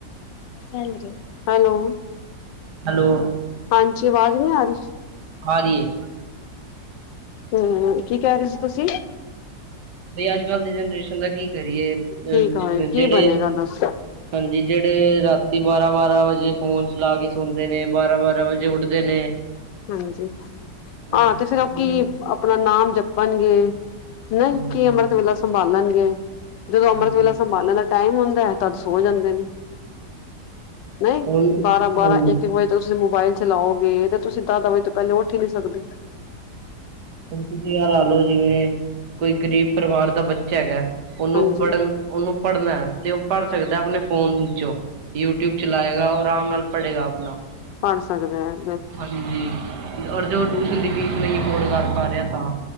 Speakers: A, on the left; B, on the right.
A: ਹੈਲੋ ਜੀ ਹੈਲੋ।
B: ਹੈਲੋ।
A: ਹਾਂਜੀ ਆਵਾਜ਼ ਨਹੀਂ ਆ ਰਹੀ।
B: ਆ ਰੀ ਐ।
A: ਆ ਕੀ ਕਹਿ ਰਹੇ ਸੀ ਤੁਸੀਂ।
B: ਤੇ ਅੱਜ ਕੱਲ੍ਹ ਦੀ ਜਨਰੇਸ਼ਨ ਦਾ ਕੀ ਕਰੀਏ ਅ
A: ਕੀ ਕਹੇ ਕੀ
B: ਜਿਹੜੇ
A: ਬਣੇਗਾ ਦੱਸੋ
B: ਹਾਂਜੀ ਜਿਹੜੇ ਰਾਤੀ ਬਾਰਾ-ਬਾਰਾ ਵਜੇ ਫੋਨ ਲਾ ਕੇ ਸੌਦੇ ਨੇ ਬਾਰਾ-ਬਾਰਾ ਵਜੇ ਉੱਠਦੇ ਨੇ।
A: ਹਾਂਜੀ।
B: ਹੁਣ
A: ਹਾਂ ਤੇ ਫੇਰ ਉਹ ਕੀ ਆਪਣਾ ਨਾਮ ਜਪਣਗੇ ਨਹੀਂ
B: ਹਾਂਜੀ
A: ਕਿ ਅੰਮ੍ਰਿਤ
B: ਹਾਂਜੀ
A: ਵੇਲਾ ਸੰਭਾਲਣਗੇ। ਜਦੋਂ
B: ਹਾਂਜੀ
A: ਅੰਮ੍ਰਿਤ ਵੇਲਾ ਸੰਭਾਲਣ ਦਾ ਟਾਈਮ ਹੁੰਦਾ ਹੈ ਤਦ ਸੋ ਜਾਂਦੇ ਨੇ। ਨਹੀਂ
B: ਹੁਣ
A: ਬਾਰਾ-ਬਾਰਾ
B: ਹਾਂਜੀ
A: ਇੱਕ ਇੱਕ ਵਜੇ ਤੁਸੀਂ ਮੋਬਾਇਲ ਚਲਾਓਗੇ ਤੇ ਤੁਸੀ ਦਾਹ-ਦਾਹ ਵਜੇ ਤੋਂ ਪਹਿਲੇ ਉੱਠ ਹੀ ਨੀ ਸਕਦੇ।
B: ਹੁਣ ਤੁਸੀ ਹਾਲ ਏ ਲਓ ਜਿਵੇਂ ਕੋਈ ਗਰੀਬ ਪਰਿਵਾਰ ਦਾ ਬੱਚਾ ਉਹਨੂੰ
A: ਹਾਂਜੀ
B: ਪੜ੍ਹਨ ਉਹਨੂੰ ਪੜ੍ਹਨਾ ਤੇ ਉਹ ਪੜ੍ਹ ਸਕਦਾ ਆਪਣੇ ਫੋਨ ਵਿੱਚੋਂ। ਯੂ ਟੀਊਬ ਚਲਾਏਗਾ ਉਹ ਆਰਾਮ ਨਾਲ ਪੜੇਗਾ ਆਪਨਾ।
A: ਬਣ ਸਕਦਾ ਹੈ।
B: ਹਾਂਜੀ ਔਰ ਜੋ ਟਿਊਸ਼ਨ ਦੀ ਫੀਸ ਨਹੀਂ ਅਫੋਰਡ ਕਰ ਪਾ ਰਿਹਾ ਤਾਂ।